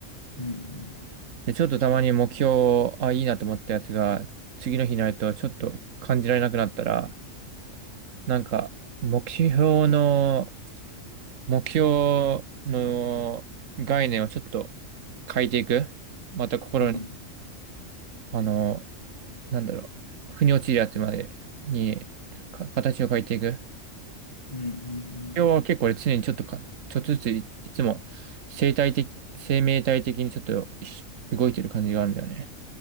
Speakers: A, on the left; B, on the right.
A: うん
B: で、ちょっとたまに目標、あ、いいなと思ったやつが、次の日になるとちょっと感じられなくなったら、なんか、目標の、目標の概念をちょっと変えていく。また心に、
A: うん。うん
B: あの、なんだろう、腑に落ちるやつまでに、か、形を変えていく。
A: うんうん。
B: 要は結構俺常にちょっとか、ちょっとずつい、いつも生態的、生命体的にちょっとし動いてる感じがあるんだよね。